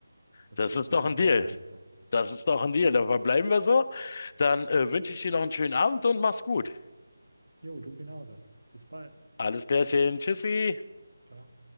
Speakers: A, on the right; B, on the left.
A: dass
B: Das
A: ich das
B: ist
A: mal
B: doch
A: eben
B: ein Deal.
A: ausleihen kann.
B: Das ist doch ein Deal. Dann verbleiben wir so. Dann äh, wünsche ich dir noch einen schönen Abend und mach's gut.
A: Jo, du genauso. Bis bald.
B: Alles Klärchen. Tschüssi.
A: Ciao.